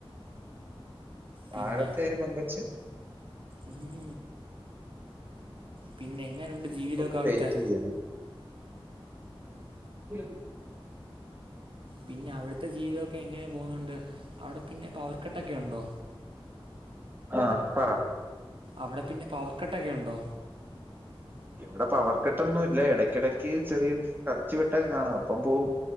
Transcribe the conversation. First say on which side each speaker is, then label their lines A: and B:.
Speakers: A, on the right; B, on the right.
A: താഴത്തെ
B: പിന്നെ
A: ഒരു പെൺകൊച്ച്
B: ഉം പിന്നെ എങ്ങനുണ്ട് ജീവിതൊക്കെ
A: ഒന്ന്
B: അവിടുത്തെ
A: വെയിറ്റ് ചെയ്യണേ. <unintelligible>
B: പിന്നെ അവിടുത്തെ ജീവിതൊക്കെ എങ്ങനെ പോകുന്നുണ്ട് അവിടെ പിന്നെ പവർ കട്ടൊക്കെ ഉണ്ടോ
A: ആ പറ
B: അവിടെ പിന്നെ പവർ കട്ടൊക്കെ ഉണ്ടോ
A: ഇവിടെ പവർക്കെട്ടൊന്നു ഇല്ല ഇടക്കിടക്ക് ചെറിയ ടച്ച് വെട്ടക്കെ കാണും അപ്പം പോവും